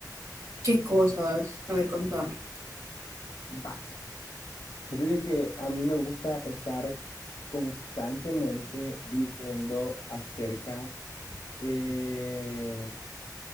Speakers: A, on the right; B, on the left.
A: ¿Qué cosas? A ver, contame.
B: Va, fíjate de que a mí me gusta estar constantemente viendo acerca eh,